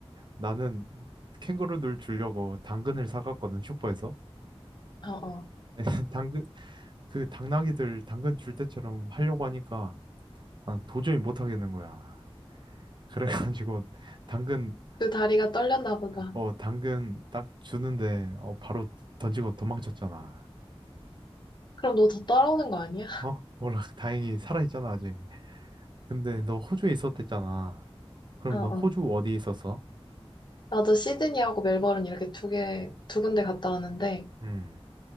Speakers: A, on the right; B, on the left.
A: 나는 캥거루들 주려고 당근을 사갔거든, 슈퍼에서.
B: 어, 어.
A: <laughs> 당근, 그 당나귀들 당근 줄 때처럼 하려고 하니까 아, 도저히 못 하겠는 거야. 그래가지고 <laughs> 당근
B: 그 다리가 떨렸나 보다.
A: 어, 당근 딱 주는데, 어, 바로 던지고 도망쳤잖아.
B: 그럼 너 더 따라오는 거 아니야?
A: 어? 몰라, <laughs> 다행히 살아있잖아, 아직. 근데 너 호주에 있었댔잖아. 그럼
B: 어, 어.
A: 너 호주 어디 있었어?
B: 나도 시드니하고 멜버른 이렇게 두 개, 두 군데 갔다 왔는데
A: 음,